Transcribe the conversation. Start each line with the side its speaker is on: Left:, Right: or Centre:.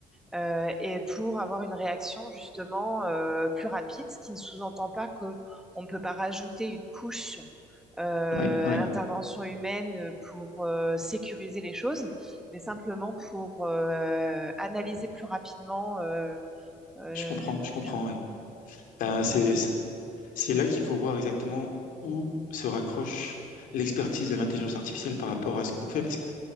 Centre: euh, et pour avoir une réaction justement euh, plus rapide, ce qui ne sous-entend pas qu'on ne peut pas rajouter une couche euh,
Left: oui, oui.
Centre: à l'intervention humaine pour euh, sécuriser les choses, mais simplement pour euh, analyser plus rapidement euh, euh,
Left: Je comprends,
Centre: le- le-
Left: je comprends,
Centre: les choses.
Left: ouais. Ben, c'est, c'est c'est là qu'il faut voir exactement où se raccroche l'expertise de l'intelligence artificielle par rapport à ce qu'on fait, parce que